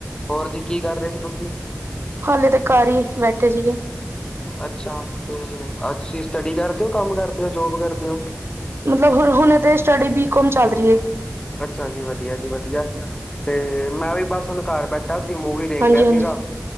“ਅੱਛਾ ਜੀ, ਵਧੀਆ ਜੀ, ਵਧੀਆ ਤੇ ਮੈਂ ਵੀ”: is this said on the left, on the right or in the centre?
Left